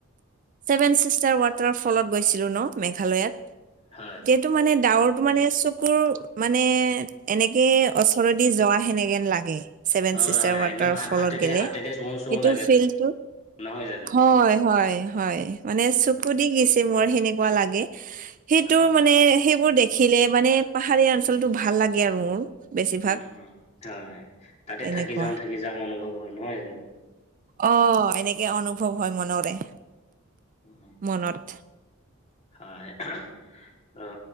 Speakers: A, on the right; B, on the left.
A: ছেভেন ছিষ্টাৰ ৱাটাৰৰ ফলত গৈছিলো ন, মেঘালয়ত।
B: হয়।
A: টো মানে ডাৱৰটো মানে চকুৰ মানে এনেকেই <inaudible> যোৱা সেনেকেন লাগে। ছেভেন
B: হয়,
A: চিষ্টাৰ
B: হয়,
A: ৱাটাৰ
B: একদম হাত
A: ফলত
B: হাতেৰে
A: গে'লে
B: হাতেৰে চুওঁ চুওঁ
A: সেইটো
B: লাগে
A: ফিল্ডটো
B: নহয় জানো?
A: হয়, হয়, হয়, মানে চকু দি গছে মোৰ সেনেকুৱা লাগে। সেইটো
B: হয়,
A: মানে সেইবোৰ দেখিলে মানে পাহাৰীয়া অঞ্চলটো ভাল লাগে আৰু মোৰ। বেছিভাগ
B: উম, হম হয় তাতে
A: তেনেকুৱা
B: থাকি যাও থাকি যাওঁ অনুভৱ হয়, নহয় জানো।
A: অ, এনেকে অনুভৱ হয় মনৰে।
B: উম, উম,
A: মনত।
B: হয় অ,